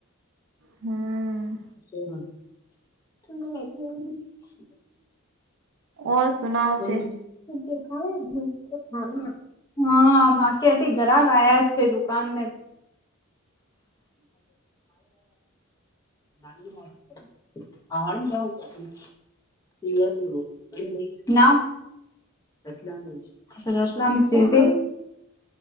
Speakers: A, on the right; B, on the left.
A: હમ.
B: શે વાત <unintelligible> <inaudible> તુ ને મૈતી, હ,
A: ઓર સુનાવ
B: બનેવી.
A: છે
B: તુ જે ખાય હું તો ખાય <inaudible> <unintelligible> હ, માકે આટી ઘરાક આયા છે, દુકાન મે. નાગલી નો. આમાના કે કેમક પછી, ન રતલામી સેવ, અચ્છા રતલામી સેવ કઈ?